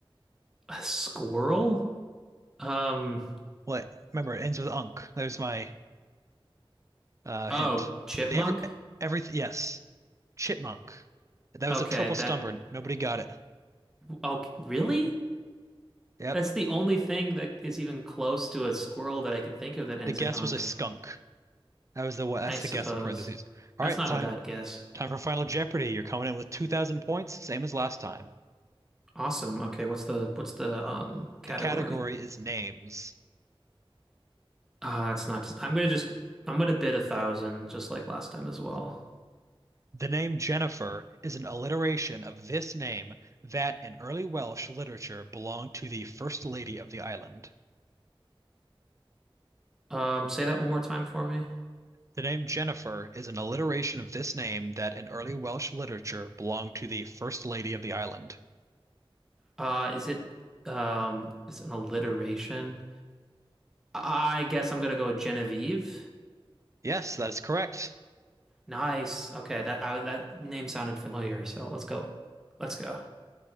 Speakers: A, in the centre; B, on the right (about 35°).
A: A squirrel? Um,
B: What? Remember, it ends with unk. There's my Uh, hint.
A: oh, chipmunk?
B: The every everything. Yes, chipmunk. That was
A: Okay,
B: a triple stumper.
A: that
B: Nobody got it.
A: Oh, really?
B: Yep.
A: That's the only thing that is even close to a squirrel that I could think of that ends
B: The guess
A: in unk,
B: was a skunk. That was the what? That's
A: I suppose.
B: the guess in parentheses. All
A: That's
B: right,
A: not
B: time
A: a bad guess.
B: time for Final Jeopardy. You're coming in with 2,000 points, same as last time.
A: Awesome. Okay, what's the what's the um category?
B: The category is names.
A: Uh that's not just, I'm gonna just I'm gonna bid a thousand, just like last time as well.
B: The name Jennifer is an alliteration of this name that in early Welsh literature belonged to the First Lady of the island.
A: Um, say that one more time for me.
B: The name Jennifer is an alliteration of this name that in early Welsh literature belonged to the First Lady of the island.
A: Uh is it um is it an alliteration? I guess I'm gonna go with Genevieve.
B: Yes, that is correct.
A: Nice. Okay, that I, that name sounded familiar, so let's go. Let's go.